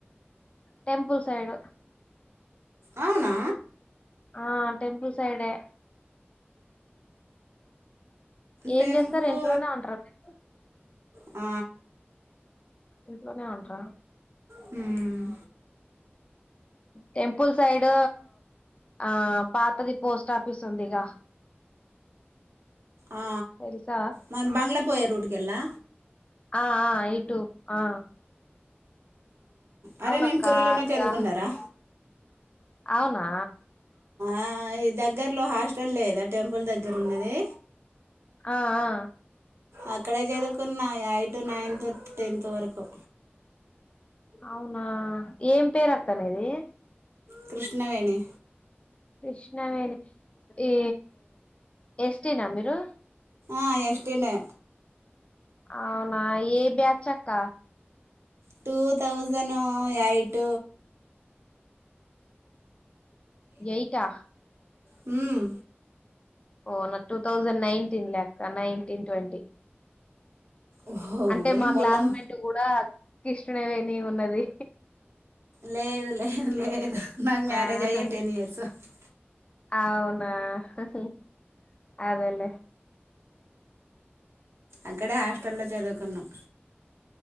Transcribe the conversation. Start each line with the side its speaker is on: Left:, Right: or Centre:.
Left: టెంపుల్ సైడ్
Right: అవునా
Left: ఆ టెంపుల్ సైడే ఏం
Right: టెంపో
Left: చేస్తారు ఇంట్లోనే ఉంటరా మీరు
Right: ఆ
Left: ఇట్లనే అంటరా
Right: హ్మ్
Left: టెంపుల్ సైడ్ ఆ పాతది పోస్ట్ ఆఫీస్ ఉందిగా
Right: ఆ
Left: తెలుసా
Right: మన బంగ్లా పోయే రూటుకెళ్లా
Left: ఆ ఆ ఇటు ఆ
Right: అరే
Left: అవునక్క
Right: నేను కురిలోనే
Left: అటుగా
Right: చదువుకున్నారా
Left: అవునా
Right: ఆ ఈ దగ్గర్లో హాస్టల్ లేదా టెంపుల్ దగ్గర ఉన్నది
Left: ఆ ఆ
Right: అక్కడే చదువుకున్న ఎయిట్ నైన్త్ టెన్త్ వరకు
Left: అవునా ఏం పేరు అక్క నీది
Right: కృష్ణవేణి
Left: కృష్ణవేణి ఈ ఎస్ టి నా మీరు
Right: ఆ ఎస్ టి నే
Left: అవునా ఏ బ్యాచ్ అక్క
Right: టూ థౌసండ్ ఎయిట్
Left: ఎయిటా
Right: హమ్
Left: ఓ నా టూ థౌసండ్ నైన్టీన్ లే అక్క నైన్టీన్ ట్వంటీ
Right: ఓహోరి
Left: అంటే మా
Right: మొన్నం
Left: క్లాస్మేట్ కూడా కృష్ణవేణి ఉన్నది
Right: లేదు లేదు లేదు నాకు మ్యారేజ్
Left: ఆహా
Right: అయ్యే టెన్ ఇయర్స్ అవుతుంది
Left: అవునా హ హ అదే లే
Right: అక్కడే హాస్టల్లో చదువుకున్నాం